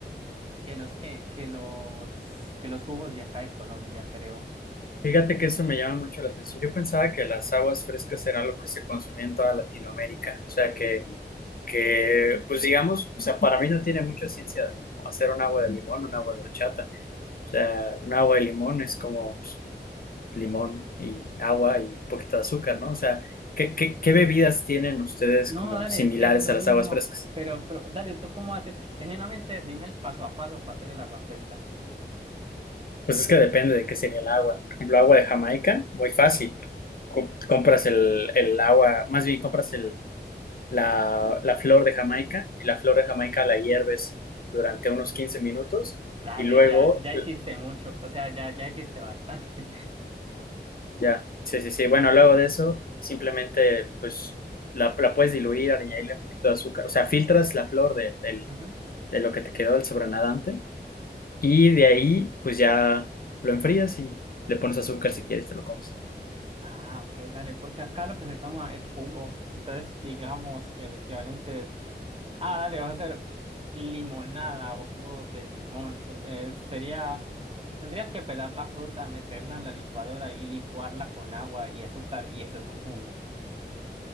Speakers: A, on the right; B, on the left.
A: que los que, que los... que los jugos de acá de Colombia, creo.
B: Fíjate que eso me llama mucho la atención. Yo pensaba que las aguas frescas era algo que se consumía en toda Latinoamérica. O sea, que, que, pues digamos, o sea, para mí no tiene mucha ciencia hacer un agua de limón, un agua de horchata. O sea, un agua de limón es como pues, limón y agua y un poquito de azúcar, ¿no? O sea, ¿qué, qué, qué bebidas tienen ustedes
A: No,
B: como
A: dale,
B: similares
A: es que es lo
B: a
A: mismo,
B: las aguas frescas?
A: pero, pero dale, ¿tú cómo haces? Genuinamente, dime el paso a paso para hacer el agua fresca.
B: Pues es que depende de qué sería el agua. Por ejemplo, agua de Jamaica, muy fácil. Co- compras el, el agua, más bien compras el, la, la flor de Jamaica y la flor de Jamaica la hierves durante unos 15 minutos
A: Dale,
B: y luego,
A: ya, ya
B: eh,
A: hiciste mucho, o sea, ya, ya hiciste bastante.
B: ya, sí, sí, sí. Bueno, luego de eso, simplemente pues la, la puedes diluir, añadirle un poquito de azúcar. O sea, filtras la flor de,
A: <laughs>
B: del-
A: Ujú.
B: de lo que te quedó del sobrenadante y de ahí pues ya lo enfrías y le pones azúcar si quieres, te lo comes.
A: Ah, ok, dale, porque acá lo que se toma es jugo, entonces digamos que el equivalente, ah, dale, vas a hacer limonada o jugo de limón, su- eh, sería, tendrías que pelar la fruta, meterla en la licuadora y licuarla con agua y azúcar y eso es un jugo.